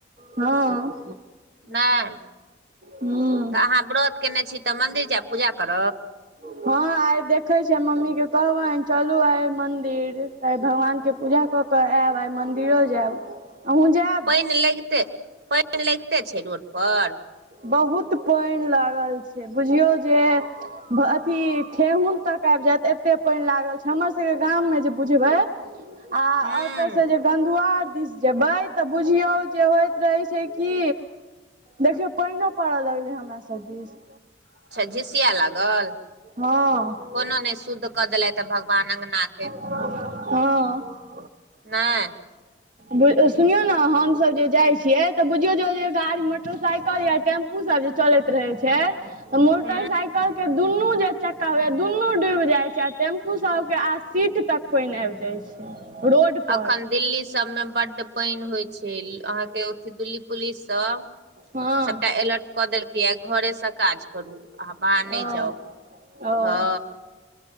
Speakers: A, on the right (about 45°); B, on the right (about 60°).
A: हँ
B: नहि
A: हूं
B: तऽ अहाँ व्रत कयने छी तऽ मंन्दिर जायब पूजा कर
A: हँ आइ देखे छिय मम्मी के कहबनि चलू आइ मंदिर तऽ आई भगवान के पूजा कऽ कऽ आयब आइ मन्दिरो जायब अहूँ जायब
B: पानि लगिते पानि लगिते छै रोड पर
A: बहुत पानि लागल छै बुझियौ जे अथी ठेहुन तक आबि जायत एते पानि लागल छै हमर सब के गाम में जे बुझबे आ
B: हूं
A: ओतय से जे गधआार दिस जेबै तऽ बुझियौ जे होइत रहै छै की देखियौ पइनो पड़ऽ लगलै हमरा सब दिस
B: अच्छा झिसिया लागल
A: हँ
B: कोनो नहि शुद्ध कऽ देलथि भगवान अङ्गना के
A: हँ
B: नइ
A: बु सुनियौ ने हमसभ जे जाइ छियै तऽ बुझियौ जे गाड़ी मोटरसाइकिल या टेम्पू सब चलैत रहे छै त मोटरसाइकल
B: हूं
A: के दुनू जे चक्का होया दुनू डूब जाय छै आ टें्पू सब के आ सीट तक पानि आबि जाय छै रोड पर
B: अखन दिल्ली सब मे बड्ड पानि होइ छै अहाँके दिल्ली पुलिस सब
A: हँ
B: सबटा अलर्ट क देलकै या घरे से काज करू आ बाहर
A: ओ
B: नहि जाउ
A: ओ
B: हँ